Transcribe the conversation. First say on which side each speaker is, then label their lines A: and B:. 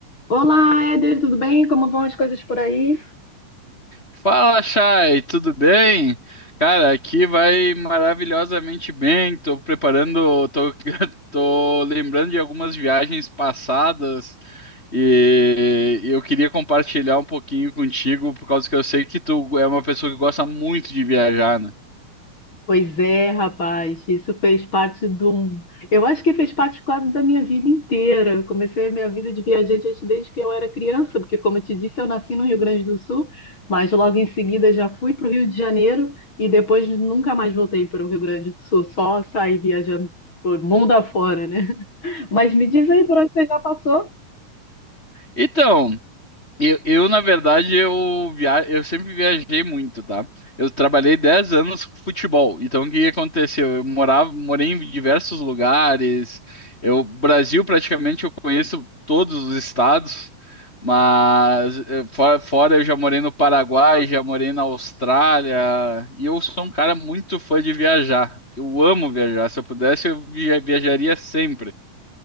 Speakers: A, on the left (about 35°); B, on the left (about 20°).
A: Olá, Éder, tudo bem? Como vão as coisas por aí?
B: Fala, Chay, tudo bem? Cara, aqui vai maravilhosamente bem. Tô preparando, tô, <laughs> tô lembrando de algumas viagens passadas e eu queria compartilhar um pouquinho contigo, por causa que eu sei que tu é uma pessoa que gosta muito de viajar, né?
A: Pois é, rapaz, isso fez parte do. Eu acho que fez parte quase da minha vida inteira. Eu comecei a minha vida de viajante antes- desde que eu era criança, porque, como eu te disse, eu nasci no Rio Grande do Sul, mas logo em seguida já fui para o Rio de Janeiro e depois nunca mais voltei para o Rio Grande do Sul, só saí viajando por mundo afora, né? <laughs> Mas me diz aí por onde você já passou?
B: Então, Eu, eu, na verdade, eu, via... eu sempre viajei muito, tá? Eu trabalhei 10 anos com futebol. Então, o que que aconteceu? Eu morava, morei em diversos lugares. Eu, Brasil, praticamente, eu conheço todos os estados. Mas, eh, fora, fora, eu já morei no Paraguai, já morei na Austrália. E eu sou um cara muito fã de viajar. Eu amo viajar. Se eu pudesse, eu via- viajaria sempre.